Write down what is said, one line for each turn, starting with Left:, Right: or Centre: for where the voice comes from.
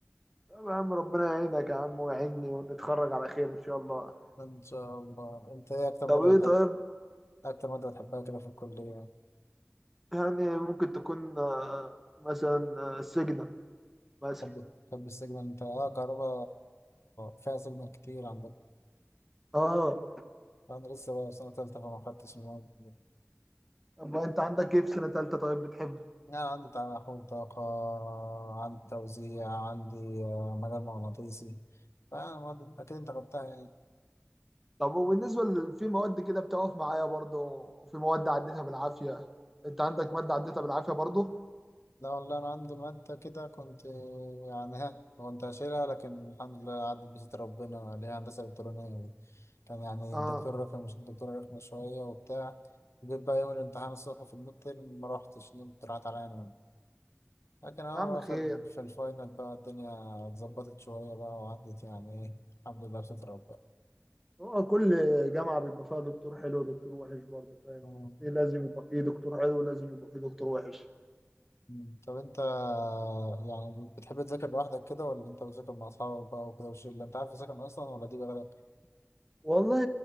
Centre: طب يا عم ربنا يعينك يا عم ويعيني ونتخرج على خير إن شاء الله
Left: إن شاء الله أنت إيه أكتر مادة
Centre: طب إيه
Left: بتحب
Centre: طيب
Left: أكتر مادة بتحبها كده في الكلية؟
Centre: يعني ممكن تكون آه، مثلا آه، سجنة مثلا
Left: تحب تحب السيجنال أنت أه كهربا فيها سيجنال كتير عندك
Centre: آه
Left: أنا لسه بقى في سنة تالتة فما خدتش المواد دي
Centre: طب أنت عندك إيه في سنة تالتة طيب بتحبه
Left: يعني عندي تحول طاقة عندي توزيع عندي آه، مجال مغناطيسي فأنا أكيد أنت خدتها يعني
Centre: طب وبالنسبة ل- في مواد كده بتقف معايا برضه وفي مواد عديتها بالعافية أنت عندك مادة عديتها بالعافية برضه
Left: لا والله أنا عندي مادة كده كنت يعني ها كنت هشيلها لكن الحمد لله عدت بستر ربنا اللي هي هندسة إلكترونية دي كان يعني
Centre: آه
Left: الدكتور رخم الدكتور رخم شوية وبتاع جيت بقى يوم الامتحان الصبح في الميد تيرم ما روحتش نمت راحت عليا أنا لكن أهو
Centre: يا عم خير
Left: في ال- في الفاينل بقى الدنيا اتظبطت شوية بقى وعدت يعني إيه الحمد لله بستر ربنا
Centre: هو كل جامعة بيبقى فيها دكتور حلو ودكتور وحش برضه فاهم
Left: مم.
Centre: في لازم يبقى فيه دكتور حلو ولازم يبقى فيه دكتور وحش
Left: مم. طب أنت يعني بتحب تذاكر لوحدك كده ولا أنت بتذاكر مع أصحابك بقى وكده وشلة أنت عارف تذاكر أصلا ولا دي بلدك؟
Centre: والله